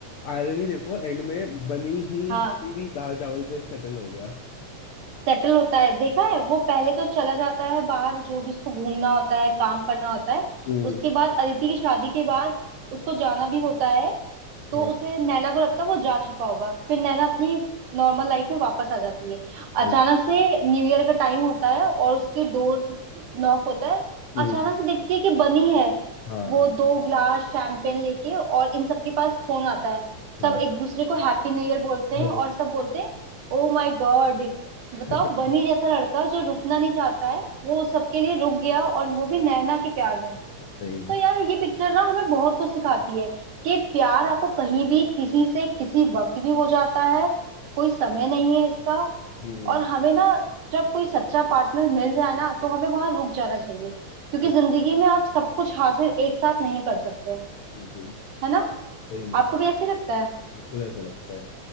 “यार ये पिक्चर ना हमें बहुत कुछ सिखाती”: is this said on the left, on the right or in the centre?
Right